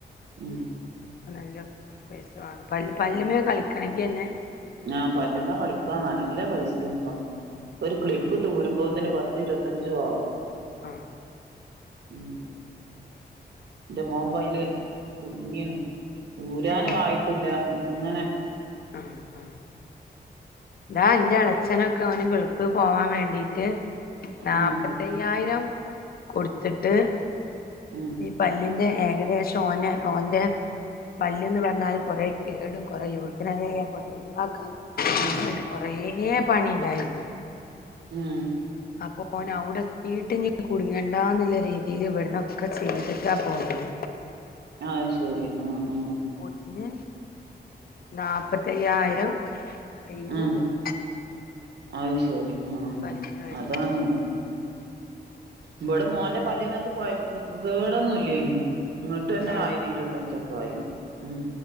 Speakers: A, on the right (about 80°); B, on the left (about 60°).
A: ഉം
B: നല്ലം പേസമാണം പല്ല് പല്ലിമ്മേ കളിക്കണങ്കി തന്നെ
A: ആഹ് പല്ലുമ്മേ കളിക്കുവാ നല്ല പൈസേട്ടോ ഒരു ക്ലിപ്പിട്ടൂരുമ്പോത്തേന് പത്തിരുപത്തഞ്ചും ആവും
B: ആഹ്
A: ഉം എന്റെ മോപ്പയിലെ കുടുങ്ങീനും ഊരാനും
B: ഏഹ്
A: ആയിട്ടില്ല ഇങ്ങനെ
B: ആഹ് ആഹ് എന്താ ഇന്റാളച്ചനൊക്കെ ഓന് ഗൾഫി പോകാൻ വേണ്ടീട്ട് നാപ്പത്
A: ഉം
B: അയ്യായിരം കൊടുത്തിട്ട്
A: ഉം
B: ഈ പല്ലിന്റെ ഏകദേശം ഓന് ഓന്റെ പല്ലെന്ന് പറഞ്ഞാല് കൊറേ കേടും കുറേ റൂട്ട്ക്കനാലു ചെയ്യാൻ പോയത് ഒഴിവാക്കാൻ
A: ഉം
B: അട്ട് കൊറേ പണീണ്ടായിരുന്നു
A: ഉം
B: അപ്പൊ ഓനവിടെത്തീട്ട് കുടുങ്ങണ്ടാന്നുള്ള രീതിയിലെ ഇവിടന്ന് ഒക്കെ ചെയ്തിട്ടാ പോയത്
A: അഹ് ശെരി ആഹ് ആഹ്
B: അതെ നാപ്പത്തയ്യായിരം കയ്യീന്ന്
A: ഉം
B: പോയി
A: അത് ശരി ആഹ്
B: പല്ലിന് വേണ്ടി
A: അതാണ് ഇവിടെ മോന്റെ പല്ലിനത്ത് കൊയ കേടൊന്നൂല്ല അയിനെ എന്നിട്ടന്നെ
B: ആഹ്
A: ആയിന് ഇരുപത്തഞ്ചൊക്കായിന് ഉം